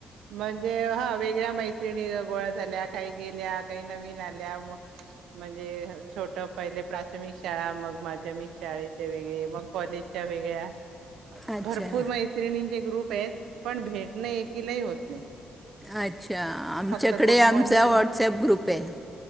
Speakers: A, on the right (about 85°); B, in the centre.
A: म्हणजे हा वेगळ्या मैत्रिणी गोळ्या झाल्या काही गेल्या काही नवीन आल्या मह्.. म्हणजे छोटं पहिले प्राथमिक शाळा मग माध्यमिक शाळेच्या वेगळे मग कॉलेजच्या वेगळ्या.
B: अच्छा
A: भरपूर मैत्रिणींचे ग्रुप पये.. पण भेट नाही एकीलाही होत नाही.
B: अच्छा आमच्याकडे
A: फक्त गुड
B: आमचा
A: मॉर्निंग
B: व्हॉटसअप ग्रुप आहे.